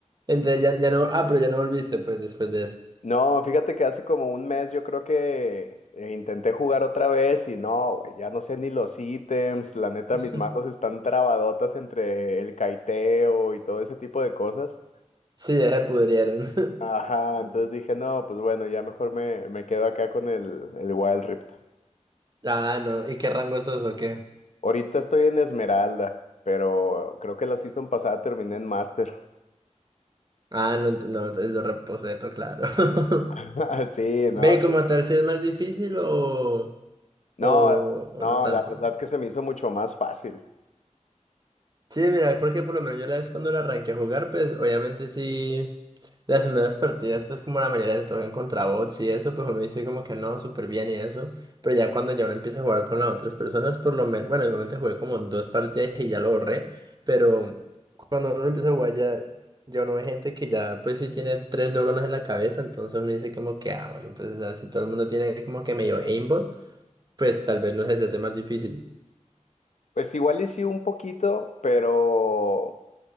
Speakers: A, on the right; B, on the left.
A: entonces ya, ya no. Ah, pero ya no volviste, pues, después de eso.
B: No, fíjate que hace como un mes yo creo que eh, intenté jugar otra vez y no, güey, ya no sé ni los ítems, la neta
A: <laughs>
B: mis manos están trabadotas entre el caiteo y todo ese tipo de cosas.
A: Sí, ya se pudrieron. <laughs>
B: Ajá, entonces dije, no, pues bueno, ya mejor me, me quedo acá con el, el Wild Rift.
A: Ah, no. ¿Y qué rango sos o qué?
B: Ahorita estoy en Esmeralda, pero creo que la season pasada terminé en Master.
A: Ah, no, ent- no, entonces yo reposeto, claro. <laughs>
B: <laughs> Sí, no,
A: Ve,
B: te-
A: como tal, si es más difícil o, o,
B: no,
A: o
B: no,
A: no tanto.
B: la verdad que se me hizo mucho más fácil.
A: Sí, mira, porque por lo menos yo la vez cuando la arranqué a jugar, pues obviamente sí, las primeras partidas, pues como la mayoría se tocan contra bots y eso, pues uno dice como que no, súper bien y eso, pero ya cuando ya uno empieza a jugar con las otras personas, por lo menos, bueno, igualmente jugué como dos partidas y ya lo borré, pero cuando uno empieza a jugar ya, ya uno ve gente que ya pues sí tiene tres neuronas en la cabeza, entonces uno dice como que, ah, bueno, pues o sea, si todo el mundo tiene como que medio aimbot, pues tal vez no sé, se hace más difícil,
B: Pues igual y sí un poquito, pero